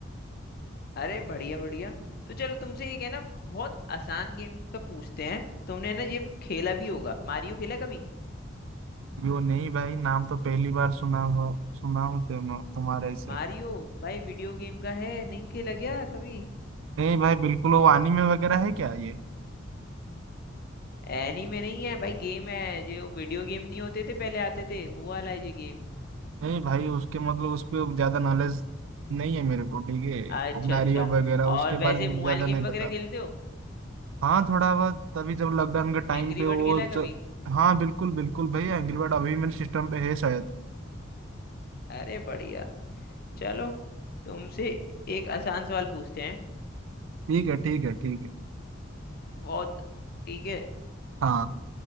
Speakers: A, on the left; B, on the right.
A: अरे बढ़िया बढ़िया तो चलो तुमसे एक है ना बहुत आसान गेम का पूछते हैं तुमने है ना ये खेला भी होगा मारियो खेला कभी
B: कि वो नहीं भाई नाम तो पहली बार सुना हुआ सुना हूँ तुम- तुम्हारे से
A: मारियो भाई वीडियो गेम का है नहीं खेला क्या कभी
B: नहीं भाई बिल्कुल वो anime वगैरह है क्या ये
A: एनीमे नहीं है भाई गेम है जो वीडियो गेम नहीं होते थे पहले आते थे वो वाला है ये गेम
B: नहीं भाई उसके मतलब उस पर ज्यादा नॉलेज नहीं है मेरे को ठीक है
A: अच्छा
B: वो मैरियो
A: अच्छा
B: वगैरह
A: और
B: उसके
A: वैसे
B: बारे में
A: मोबाइल
B: ज्यादा नहीं
A: गेम
B: पता
A: वगैरह खेलते हो
B: हाँ थोड़ा बहुत तभी जब लॉकडाउन के टाइम
A: एंग्री
B: पे
A: बर्ड
B: वो
A: खेला है कभी
B: च... हाँ बिल्कुल बिल्कुल भाई एंग्री बर्ड अभी मेरे सिस्टम पे है शायद
A: अरे बढ़िया चलो तुमसे एक आसान सवाल पूछते हैं
B: ठीक है ठीक है ठीक है
A: बहुत ठीक है
B: हाँ